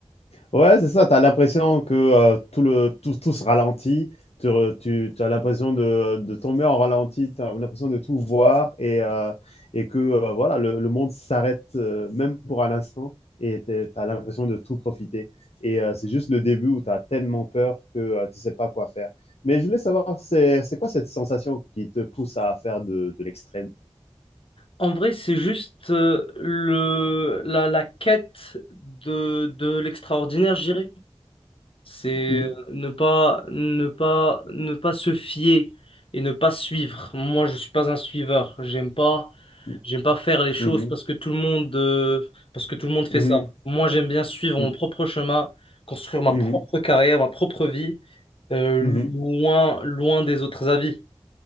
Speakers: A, on the left (about 80°); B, on the left (about 60°).
A: Ouais, c'est ça, tu as l'impression que euh, tout, le, tout, tout se ralentit, tu, re- tu as l'impression de, de tomber en ralenti, tu as l'impression de tout voir et, euh, et que euh, voilà, le, le monde s'arrête euh, même pour un instant et tu as l'impression de tout profiter. Et euh, c'est juste le début où tu as tellement peur que euh, tu sais pas quoi faire. Mais je voulais savoir, c'est c'est quoi cette sensation qui te pousse à faire de, de l'extrême?
B: En vrai, c'est juste euh, le la, la quête de de l'extraordinaire, je dirais. C'est
A: Mmh,
B: euh, ne pas, ne pas, ne pas se fier et ne pas suivre. Moi, je suis pas un suiveur. J'aime pas,
A: mmh,
B: j'aime pas faire les choses
A: mmh,
B: parce que tout le monde, euh, parce que tout le monde fait
A: mmh,
B: ça. Moi, j'aime bien suivre mon
A: mmh,
B: propre chemin, construire ma
A: mmh,
B: propre carrière, ma propre vie, euh,
A: mmh.
B: loin, loin des autres avis.